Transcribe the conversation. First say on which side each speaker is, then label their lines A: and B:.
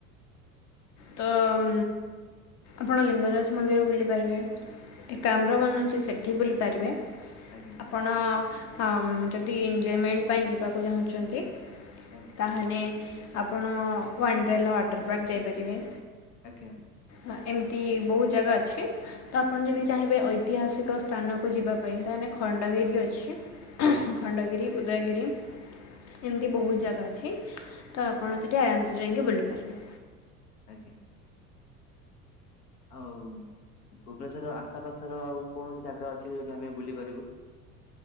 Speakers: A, on the left; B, on the left.
A: ତ ଅମ୍। ଆପଣ ଲିଙ୍ଗରାଜ ମନ୍ଦିର ବୁଲିପାରିବେ।
B: ଆଜ୍ଞା
A: ଏକ କାମ୍ର ମାନ ଅଛି ସେଠି ବୁଲିପାରିବେ।
B: ଆଜ୍ଞା।
A: ଆପଣ ଅମ୍ ଯଦି ଏଞଜୟମେଣ୍ଟ ପାଇଁ ଯିବାକୁ ଚାହୁଁଛନ୍ତି
B: ଆଜ୍ଞା।
A: ତାହେଲେ ଆପଣ ୱାଣ୍ଡ୍ରାଲ ୱାଟର ପାର୍କ ଯାଇପାରିବେ।
B: ଆଜ୍ଞା।
A: ନା ଏମିତି ବହୁତୁ ଜାଗା ଅଛି। ତ ଆପଣ ଯଦି
B: ଆଜ୍ଞା
A: ଚାହିଁବେ ଅୟୀ ଐତିହାସିକ ସ୍ଥାନକୁ ଯିବା ପାଇଁ ତାହେନେ ଖଣ୍ଡଗିରି ଅଛି। ଖଣ୍ଡଗିରି,
B: ଆଜ୍ଞା
A: ଉଦୟଗିରି। ଏମିତି
B: ଆଜ୍ଞା
A: ବହୁତୁ ଜାଗା ଅଛି। ତ ଆପଣ
B: ଆଜ୍ଞା
A: ସେଠି ଆରାମେସେ ଯାଇକି ବୁଲିପାରିବେ।
B: ଆଜ୍ଞା। ଆଉ ଭୁବନେଶ୍ଵର ଆଖପାଖର ଆଉ କୌଣସି ଜାଗା ଅଛି ଯୋଉଠି ଆମେ ବୁଲିପାରିବୁ?